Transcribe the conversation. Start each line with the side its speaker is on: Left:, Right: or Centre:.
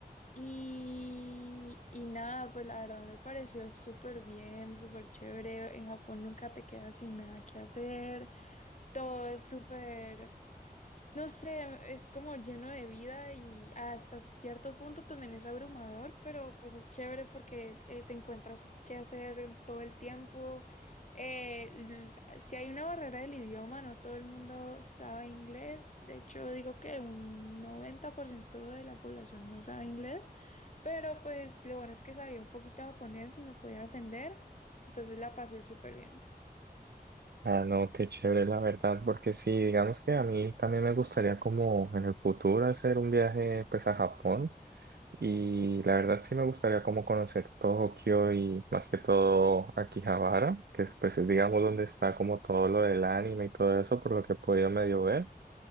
Left: Y, y nada, pues la verdad me pareció súper bien, súper chévere. En Japón nunca te quedas sin nada que hacer. Todo es súper no sé, es como lleno de vida y hasta cierto punto también es abrumador, pero pues es chévere porque eh, te encuentras qué hacer en todo el tiempo. Eh, l- si hay una barrera del idioma, no todo el mundo sabe inglés. De hecho, digo que un 90% de la población no sabe inglés, pero pues lo bueno es que sabía un poquito japonés y me podía defender, entonces la pasé súper bien.
Right: Ah, no, qué chévere, la verdad, porque sí, digamos que a mí también me gustaría como en el futuro hacer un viaje pues a Japón. Y la verdad sí me gustaría como conocer Tokio y más que todo Akihabara, que es pues es, digamos donde está como todo lo del anime y todo eso, por lo que he podido medio ver.